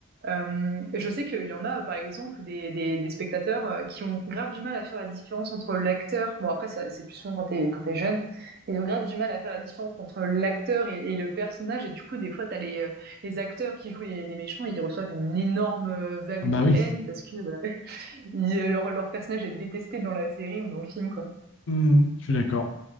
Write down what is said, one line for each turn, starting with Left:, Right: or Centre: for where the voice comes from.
Right: euh, je sais qu'il y en a, euh, par exemple, des, des, des spectateurs euh, qui ont grave du mal à faire la différence entre l'acteur, bon, après, ça, c'est plus souvent quand t'es, quand t'es jeune, ils ont grave du mal à faire la différence entre l'acteur et, et le personnage. Et du coup, des fois, t'as les, euh, les acteurs qui jouent les, les méchants, ils reçoivent une énorme euh, vague
Left: Ah bah
Right: de
Left: oui,
Right: haine parce que euh, <laughs> ils- euh, leur, leur personnage est détesté dans la série ou dans le film, quoi.
Left: Hmm, je suis d'accord.